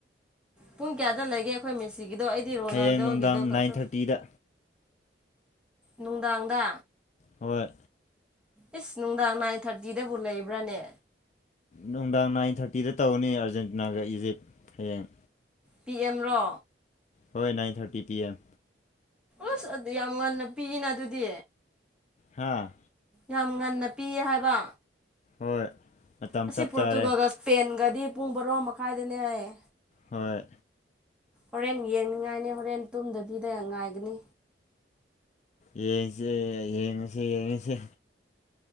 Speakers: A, in the centre; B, on the left.
A: ꯄꯨꯡ ꯀꯌꯥꯗ ꯂꯩꯒꯦ ꯑꯩꯈꯣꯏ ꯃꯤꯁꯤꯒꯤꯗꯣ ꯑꯩꯗꯤ ꯔꯣꯅꯥꯜꯗꯣꯒꯤꯗꯣ
B: ꯍꯌꯦꯡ ꯅꯨꯡꯗꯥꯡ
A: ꯈꯛꯇ
B: ꯅꯥꯏꯟ ꯊꯥꯔꯇꯤꯗ
A: ꯅꯨꯡꯗꯥꯡꯗ
B: ꯍꯣꯏ
A: ꯏꯁ ꯅꯨꯡꯗꯥꯡ ꯅꯥꯏꯟ ꯊꯥꯔꯇꯤꯗꯕꯨ ꯂꯩꯕ꯭ꯔꯅꯦ
B: ꯅꯨꯡꯗꯥꯡ ꯅꯥꯏꯟ ꯊꯥꯔꯇꯤꯗ ꯇꯧꯅꯤ ꯑꯥꯔꯖꯦꯟꯇꯤꯅꯥꯒ ꯏꯖꯤꯞ ꯍꯌꯦꯡ
A: ꯄꯤ ꯑꯦꯝꯔꯣ
B: ꯍꯣꯏ ꯅꯥꯏꯟ ꯊꯥꯔꯇꯤ ꯄꯤ ꯑꯦꯝ
A: ꯎꯁ ꯌꯥꯝ ꯉꯟꯅ ꯄꯤꯌꯦꯅ ꯑꯗꯨꯗꯤ
B: ꯍꯥꯥ
A: ꯌꯥꯝ ꯉꯟꯅ ꯄꯤꯌꯦ ꯍꯥꯏꯕ
B: ꯍꯣꯏ ꯃꯇꯝ
A: ꯑꯁꯤ
B: ꯆꯞ
A: ꯄꯣꯔꯇꯨꯒꯜꯒ
B: ꯆꯥꯔꯦ
A: ꯄꯦꯟꯒꯗꯤ ꯄꯨꯡ ꯕꯔꯣ ꯃꯈꯥꯏꯗꯅꯦ ꯍꯥꯏꯌ‌ꯦ
B: ꯍꯣꯏ
A: ꯍꯣꯔꯦꯟ ꯌꯦꯡꯅꯤꯡꯉꯥꯏꯅꯤ ꯍꯣꯔꯦꯟ ꯇꯨꯝꯗꯕꯤꯗ ꯉꯥꯏꯒꯅꯤ
B: ꯌꯦꯡꯁꯦ ꯌꯦꯡꯉꯁꯦ ꯌꯦꯡꯉꯁꯦ